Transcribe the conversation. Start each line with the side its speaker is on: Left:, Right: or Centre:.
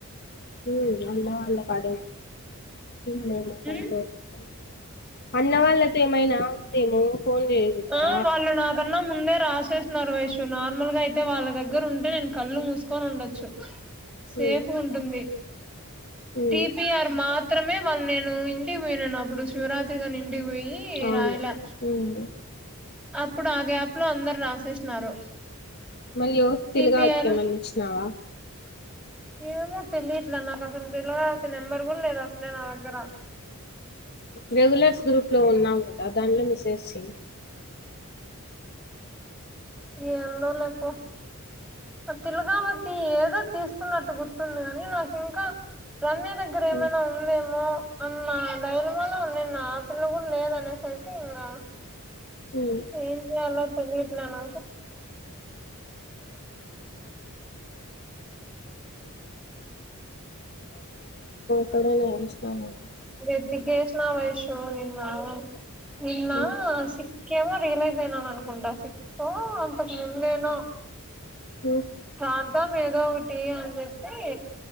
Left: ఉహ్ అన్న వాళ్ల కడా ఏమో ఉన్నావ్ వీళ్లు ఏమో పని
Centre: ఉమ్
Left: చేయరు అంట అన్న వాళ్ళతో ఏమైనా ఉందేమో ఫోన్ చేయదులా
Centre: ఆ వాళ్ళు నాకన్నా ముందే రాసి చేసినారు వైషు నార్మల్ గా అయితే వాళ్ళ దగ్గర ఉంటే నేను కళ్ళు మూసుకొని ఉండొచ్చు సేఫ్గ్
Left: ఉమ్
Centre: ఉంటుంది
Left: ఉమ్
Centre: టీపిఆర్ మాత్ మాత్రమే వాళ్ళు నేను ఇంటికి పోయినాను అప్పుడు శివరాత్రిగని ఇంటికి పోయి
Left: అవును
Centre: రాయలే
Left: ఉమ్
Centre: అప్పుడు ఆ గ్యాప్ లో అందరు రాసేసినారు
Left: మళ్లీ ఎవరికీ
Centre: టిపిఆర్
Left: తెలుగు కాక్యం ఏమన్నా ఇచ్చినావా
Centre: ఏమో తెలియట్లా నాకు అసలు తెలవారితే నెంబరు కూడా లేదు అసలే నా దగ్గర
Left: రెగ్యులర్స్ గ్రూప్ లో ఉన్నాం కదా దాంట్లో మిసేజ్ చేయ్యి
Centre: ఏందో లే పో ఆ తిలుకావతి ఏదో తీసుకున్నట్టు గుర్తుంది కాని నాకు ఇంకా రమ్య దగ్గర ఏమైనా
Left: ఉమ్
Centre: ఉందేమో అన్న ధైర్యం వల్ల నిన్న ఆ పిల్ల కూడా లేదనేసరికి ఇంగా
Left: ఉమ్
Centre: ఏం జేయాలో తెలీయట్లే నాకు
Left: ఇప్పుడే లేచినామా
Centre: వ్యతికేసినా వైషు నిన్న నిన్నా
Left: ఉమ్
Centre: సిక్ కేమో రియలైజ్ అయినాం అనుకుంటా సిక్స్తో అంతకు ముందేనో
Left: ఉమ్
Centre: రాద్దం ఏదో ఒకటి అని చెప్పి